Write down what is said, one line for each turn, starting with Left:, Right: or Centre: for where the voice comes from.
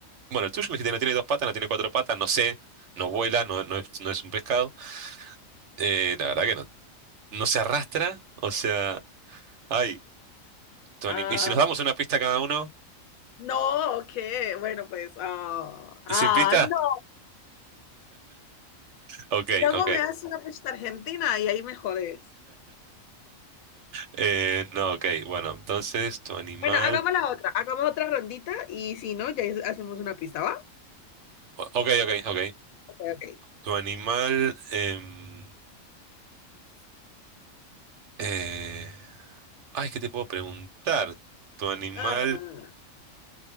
Right: Bueno, el tuyo me dijiste no tiene dos patas, no tiene cuatro patas, no sé, no vuela, no, no es, no es un pescado. Eh, la verdad que no, no se arrastra, o sea, ay, Tony,
Left: Ah,
Right: ¿y si nos damos una pista cada uno?
Left: no, ¿qué? Bueno, pues, ah, ay,
Right: ¿Sin pista?
Left: no.
Right: Ok,
Left: Luego
Right: ok.
Left: me haces una fiesta argentina y ahí me jodes.
Right: Eh, no, ok, bueno, entonces tu animal...
Left: Bueno, hagamos la otra, hagamos otra rondita y si no, ya es- hacemos una pista, ¿va?
Right: o- Ok, ok, ok.
Left: Ok, ok.
Right: Tu animal... em, eh, Ay, ¿qué te puedo preguntar? Tu animal...
Left: Ah,